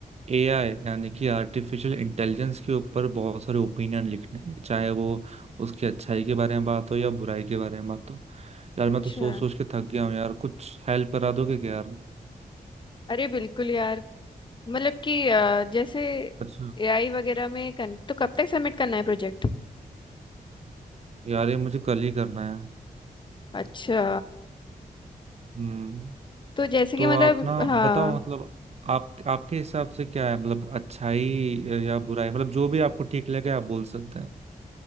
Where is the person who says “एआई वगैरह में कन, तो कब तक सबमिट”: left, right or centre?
Left